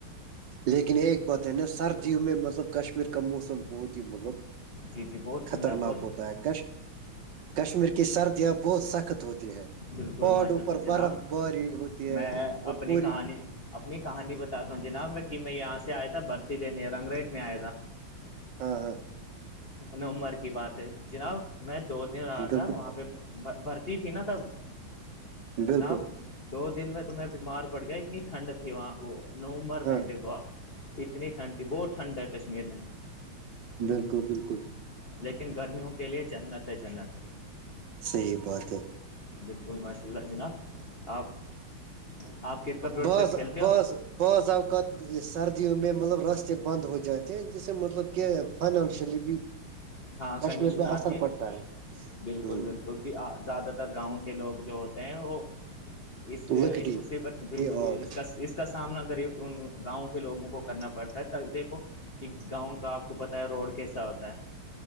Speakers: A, on the right; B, on the left.
A: لیکن ایک بات ہے نا سردیوں میں مطلب کشمیر کا موسم بہت ہی مطلب
B: جی جی بہت ٹھنڈا
A: خطرناک
B: بہت
A: ہوتا ہے کش کشمیر کی سردیاں بہت سخت ہوتی ہیں
B: بالکل
A: پہاڑوں
B: ماشاء اللہ
A: پر
B: جناب
A: برف باری ہوتی ہے
B: میں
A: اور
B: اپنی
A: پوری
B: کہانی اپنی کہانی بتاتا ہوں جناب میں میں یہاں سے آیا تھا بھرتی دینے رنگ ریٹ میں آیا تھا
A: ہاں ہاں
B: نومبر کی بات ہے جناب میں دو دن رہا
A: بالکل
B: تھا وہاں پہ بھرتی تھی نا تب
A: بالکل
B: جناب دو دن میں توم بیمار پڑ گیا اتنی ٹھنڈ تھی وہاں وہ نومبر
A: ہاں
B: میں دیکھو آپ اتنی ٹھنڈ تھی بہت ٹھنڈ ہے کشمیر میں
A: بالکل بالکل
B: لیکن گرمیوں کے لیے جنت ہے جنت
A: صحیح بات ہے
B: بالکل ماشاء اللہ جناب آپ کرکٹ ورکٹ
A: بس
B: کھیلتے
A: بس
B: ہو
A: بض آو کات سردیوں میں مطلب راستے بند ہو جاتے ہیں جیس سے مطلب کہ فائنانشلی بھی
B: ہاں کنڈیشن
A: کشمیر میں
B: آتی
A: اثر
B: ہے
A: پڑتا
B: بالکل
A: ہ
B: بالکل کیونکہ زیادہ تر گاؤں کے لوگ جو ہوتے ہیں وہ اس
A: لکڑی
B: اس مصیبت سے بالکل
A: کہ آگ
B: ہی اس کا اس کا سامنا غریب گاؤں کے لگوں کو کرنا پڑتا ہے دیکھو کہ گاؤں کا آپ کو پتا ہے روڈ کیسا ہوتا ہے